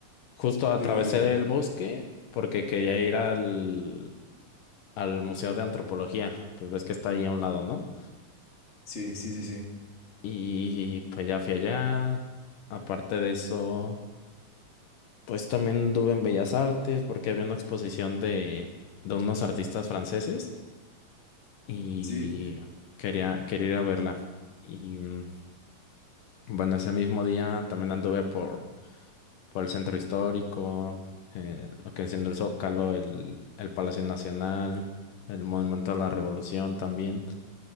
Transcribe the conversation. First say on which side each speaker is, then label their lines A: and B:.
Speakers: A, on the left; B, on the left.
A: justo atravesé
B: dime, dime.
A: el bosque porque quería ir al, al Museo de Antropología, pues ves que está ahí a un lado, ¿no?
B: Sí, sí, sí, sí.
A: Y pues ya fui allá. Aparte de eso. Pues también anduve en Bellas Artes porque había una exposición de, de unos artistas franceses y
B: Sí.
A: quería, quería ir a verla. Y mm, bueno, ese mismo día también anduve por, por el centro histórico, eh, lo que enciende el Zócalo, el, el Palacio Nacional, el Monumento a la Revolución también.